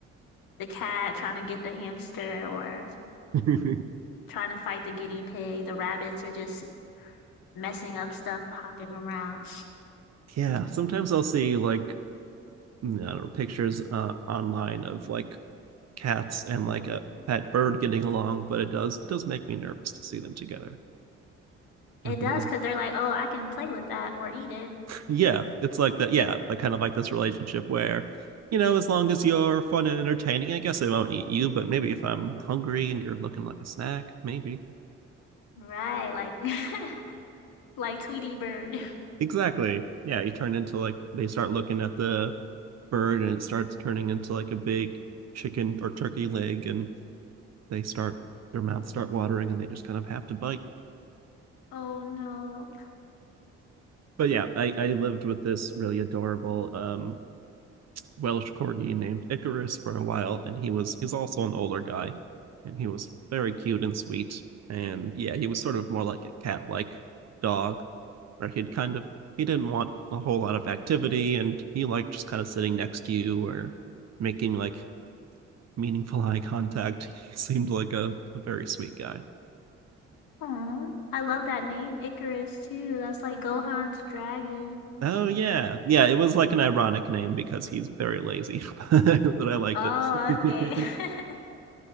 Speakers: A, on the left; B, on the right.
A: the cat trying to get the hamster or
B: <laughs>
A: trying to fight the guinea pig. The rabbits are just messing up stuff, hopping around.
B: Yeah. Sometimes I'll see like mm, I don't know, pictures uh, online of like cats and like a pet bird getting along, but it does it does make me nervous to see them together.
A: It
B: I believe.
A: does because they're like, "Oh, I can play with that or eat it."
B: Yeah, it's like that. Yeah, like kind of like this relationship where, you know, as long as you're fun and entertaining, I guess I won't eat you. But maybe if I'm hungry and you're looking like a snack, maybe.
A: Right, like <laughs> like Tweety Bird. <laughs>
B: Exactly. Yeah, you turn into like they start looking at the bird and it starts turning into like a big chicken or turkey leg and they start their mouths start watering and they just kind of have to bite.
A: Oh no.
B: But yeah, I, I lived with this really adorable um Welsh corgi named Icarus for a while and he was he's also an older guy and he was very cute and sweet and yeah, he was sort of more like a cat-like dog where he'd kind of he didn't want a whole lot of activity and he liked just kind of sitting next to you or making like meaningful <laughs> eye contact. He seemed like a, a very sweet guy.
A: Aw, I love that name, Icarus, too. That's like Gohan's dragon.
B: Oh yeah. Yeah, it was like an ironic name because he's very lazy, <laughs> but I liked
A: Oh,
B: it.
A: okay. <laughs>